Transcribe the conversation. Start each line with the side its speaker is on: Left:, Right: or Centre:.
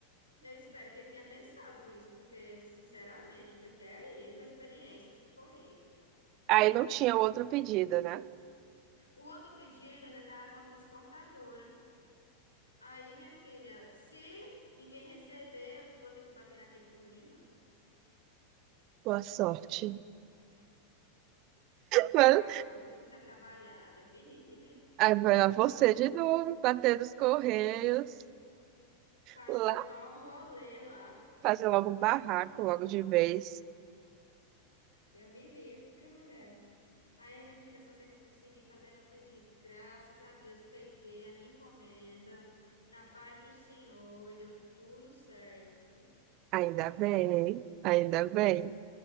Left: Eu espero que ele tenha pensado isso, porque, sinceramente, foi terrível a experiência nesse correio.
Right: Aí não tinha outro pedido, né?
Left: O outro pedido ainda tá com a transportadora. Aí, minha filha, se ninguém receber, eu vou ter que bater naquele correio de novo.
Right: Boa sorte.
Left: Povo vagabundo
Right: Mano,
Left: que não quer trabalhar, Deus me livre.
Right: Aí foi lá você de novo, bater nos correios,
Left: Fazer
Right: lá
Left: o maior rolê lá.
Right: fazer logo um barraco, logo de vez.
Left: Deus me livre, mulher. Aí, minha filha, eu só sei que eu consegui fazer meu pedido. Graças a Deus, peguei a minha encomenda na paz do Senhor e deu tudo certo.
Right: Ainda bem, ainda bem.